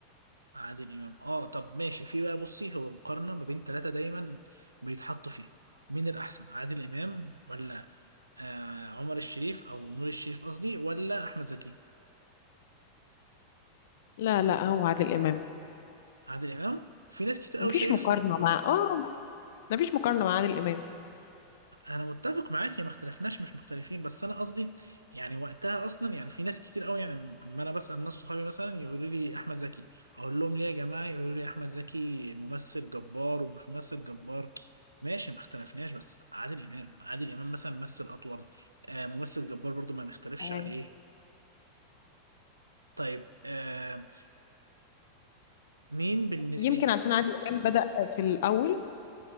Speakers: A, on the right; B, on the left.
A: عادل امام اه طب ماشي في بقى بصي هو مقارنه ما بين ثلاثه دايما بيتحطوا فيه مين الاحسن عادل امام ولا آه عمر الشريف او نور الشريف قصدي ولا احمد زكي
B: لا لا هو عادل امام
A: عادل امام في ناس كتير
B: مفيش
A: قوي شايف
B: مقارنه مع اه مفيش مقارنه مع عادل امام
A: انا متفق معاك يا ما اختلفناش مش مختلفين بس انا قصدي يعني وقتها اصلا يعني في ناس كتير قوي يعني لما انا بسال ناس صحابي مثلا يقولوا لي احمد زكي اقول لهم ليه يا جماعه يقولوا لي احمد زكي ممثل جبار ومش ممثل جبار ماشي ما اختلفناش بس عادل امام عادل امام مثلا ممثل اطول آه ممثل جبار برضو ما نختلفش
B: آه،
A: عليه طيب آه مين بن
B: يمكن
A: إيه-
B: عشان عادل امام بدا في الاول